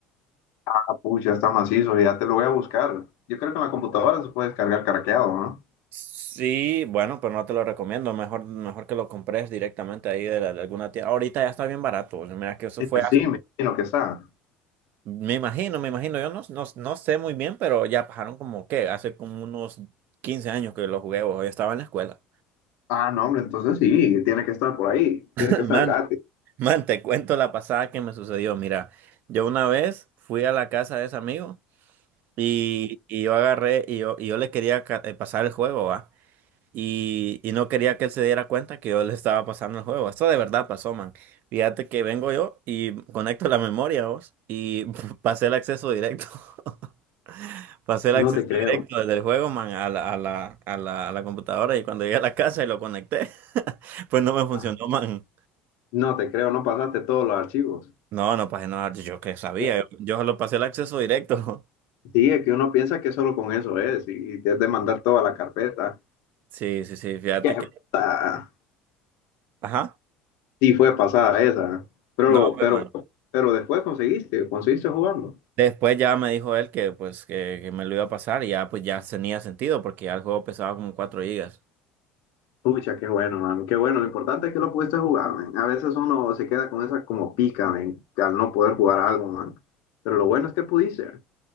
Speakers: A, on the left; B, on the right.
A: Ah, pucha, está macizo, ya te lo voy a buscar. Yo creo que en la computadora se puede descargar craqueado, ¿no?
B: Sí, bueno, pero no te lo recomiendo. Mejor, mejor que lo compres directamente ahí de, la- de alguna tienda. Ahorita ya está bien barato. o sea, Mira que eso
A: Eh,
B: fue hace-
A: Sí, me imagino que está.
B: Me imagino, me imagino. Yo no, no, no sé muy bien, pero ya pasaron como, ¿qué? Hace como unos 15 años que lo jugué. o Yo estaba en la escuela.
A: Ah, no, hombre, entonces sí, tiene que estar por ahí,
B: <laughs>
A: tiene que estar
B: Man,
A: gratis.
B: man, te cuento la pasada que me sucedió. Mira, yo una vez fui a la casa de ese amigo y, y yo agarré y yo, y yo le quería ca- eh, pasar el juego, ¿va? y, y no quería que él se diera cuenta que yo le estaba pasando el juego. Esto de verdad pasó, man. Fíjate que vengo yo y conecto la memoria, vos, y <laughs> pasé el acceso directo. <laughs> Pasé el
A: No
B: acceso
A: te creo.
B: directo desde el juego, man, a la, a la, a la, a la computadora y cuando llegué a la casa y lo conecté, <laughs> pues no me funcionó,
A: Ajá.
B: man.
A: No te creo, no pasaste todos los archivos.
B: No, no pasé nada, yo qué sabía,
A: Ya.
B: yo, yo solo pasé el acceso directo. <laughs>
A: Sí, es que uno piensa que solo con eso es y te has de mandar toda la carpeta.
B: Sí, sí, sí, fíjate
A: Qué
B: que...
A: puta.
B: Ajá,
A: Sí, fue pasada esa. Pero,
B: no, pues,
A: pero,
B: man.
A: pero después conseguiste, conseguiste jugarlo.
B: Después ya me dijo él que pues que, que me lo iba a pasar y ya pues ya tenía sentido porque ya el juego pesaba como cuatro gigas.
A: Pucha, qué bueno, man. Qué bueno. Lo importante es que lo pudiste jugar, man. A veces uno se queda con esa como pica, man, al no poder jugar algo, man. Pero lo bueno es que pudiste.